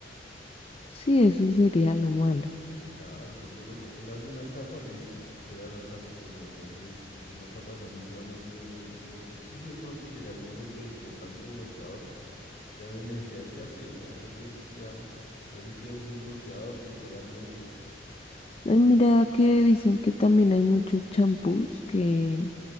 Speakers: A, on the left (about 35°); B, on the left (about 50°).
A: Sí, eso sería lo malo.
B: Claro, porque lo- él hace una capa, listo, crea la capa, pero entonces esa capa también se va metiendo en tu piel. Eso sí, de pronto llegará el momento de que tanto bloqueador ya no hay necesidad de echarse, ya más bien usted ya, ya su piel es un bloqueador, literalmente.
A: Ay, mira que dicen que también hay muchos champús que